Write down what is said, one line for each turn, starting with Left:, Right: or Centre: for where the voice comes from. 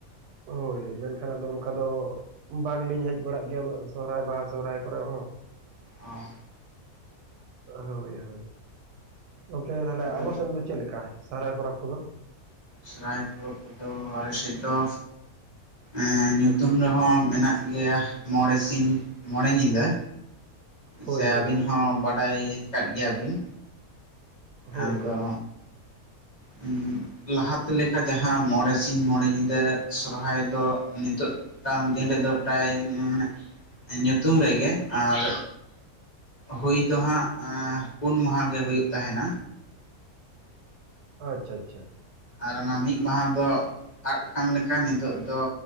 Right: ᱦᱳᱭ ᱢᱮᱱᱠᱷᱟᱱ ᱟᱫᱚ ᱚᱱᱠᱟ ᱫᱚ ᱵᱟᱝᱞᱤᱧ ᱦᱮᱡ ᱵᱟᱲᱟᱜ ᱜᱮᱭᱟ ᱩᱱᱟᱹᱜ ᱥᱚᱦᱨᱟᱭ ᱵᱟᱦᱟ ᱥᱚᱦᱨᱟᱭ ᱠᱚᱨᱮ ᱦᱚᱸ,
Left: ᱚ᱾
Right: ᱦᱳᱭ ᱦᱳᱭ ᱜᱚᱝᱠᱮ ᱛᱟᱦᱚᱞᱮ
Left: ᱟᱫᱚ
Right: ᱟᱵᱚ ᱥᱮᱱ ᱫᱚ ᱪᱮᱫ ᱞᱮᱠᱟ ᱥᱚᱦᱨᱟᱭ ᱯᱚᱨᱚᱵᱽ ᱠᱚᱫᱚ?
Left: ᱥᱚᱦᱨᱟᱭ ᱯᱚᱨᱚᱵᱽ ᱠᱚᱫᱚ ᱟᱞᱮᱥᱮᱫ ᱫᱚ ᱮᱸ ᱧᱩᱛᱩᱢ ᱨᱮᱦᱚᱸ ᱢᱮᱱᱟᱜ ᱜᱮᱭᱟ ᱢᱚᱬᱮ ᱥᱤᱧ ᱢᱚᱬᱮ ᱧᱤᱫᱟᱹ
Right: ᱦᱳᱭ
Left: ᱥᱮ
Right: ᱦᱳᱭ
Left: ᱟᱹᱵᱤᱱ ᱦᱚᱸ ᱵᱟᱰᱟᱭ ᱠᱟᱫ ᱜᱮᱭᱟ ᱵᱤᱱ,
Right: ᱦᱳᱭ
Left: ᱟᱫᱚ
Right: ᱦᱳᱭ ᱦᱳᱭ
Left: ᱩᱸᱜ ᱞᱟᱦᱟᱛᱮ ᱞᱮᱠᱟ ᱡᱟᱦᱟᱸ ᱢᱚᱬᱮ ᱥᱤᱧ ᱢᱚᱬᱮ ᱧᱤᱫᱟᱹ ᱥᱚᱨᱦᱟᱭ ᱫᱚ ᱱᱤᱛᱚᱜ ᱛᱟᱭᱚᱸᱢ ᱫᱤᱱ ᱨᱮᱫᱚ ᱯᱨᱟᱭ ᱢᱟᱱᱮ ᱧᱩᱛᱩᱢ ᱨᱮᱜᱮ ᱟᱨ ᱦᱩᱭ ᱫᱚ ᱦᱟᱸᱜ ᱯᱩᱱ ᱢᱟᱦᱟ ᱜᱮ ᱦᱩᱭᱩᱜ ᱛᱟᱦᱮᱸᱱᱟ,
Right: ᱟᱪᱪᱷᱟ ᱟᱪᱪᱷᱟ᱾
Left: ᱟᱨ ᱚᱱᱟ ᱢᱤᱫ ᱢᱟᱦᱟ ᱫᱚ ᱟᱫ ᱠᱟᱱ ᱞᱮᱠᱟ ᱱᱤᱛᱚᱜ ᱫᱚ